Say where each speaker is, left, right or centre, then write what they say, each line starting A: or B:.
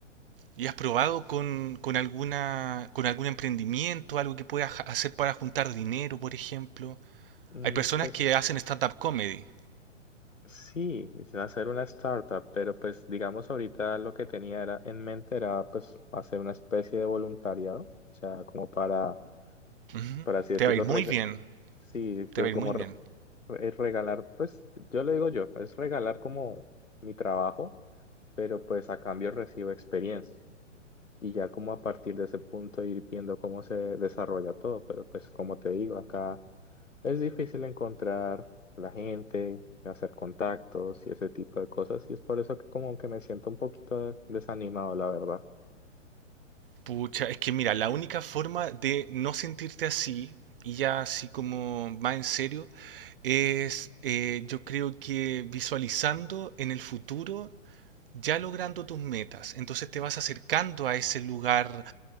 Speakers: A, on the right; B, on the left.
A: ¿Y has probado con, con alguna, con algún emprendimiento, algo que puedas ja- hacer para juntar dinero, por ejemplo?
B: Mm,
A: Hay personas
B: pues
A: que hacen stand-up comedy.
B: sí, es hacer una startup, pero pues digamos ahorita lo que tenía era, en mente era pues hacer una especie de voluntariado, o sea, como para,
A: Ujú.
B: por así decirlo,
A: Te va a ir muy
B: reg-
A: bien,
B: sí,
A: te
B: pero
A: va a
B: como
A: ir muy
B: re-
A: bien.
B: es regalar, pues yo le digo yo, es regalar como mi trabajo pero pues a cambio recibo experiencia. Y ya como a partir de ese punto ir viendo cómo se desarrolla todo, pero pues como te digo, acá es difícil encontrar la gente, hacer contactos y ese tipo de cosas, y es por eso que como que me siento un poquito desanimado, la verdad.
A: Pucha, es que mira, la única forma de no sentirte así y ya así como más en serio es eh, yo creo que visualizando en el futuro ya logrando tus metas. Entonces te vas acercando a ese lugar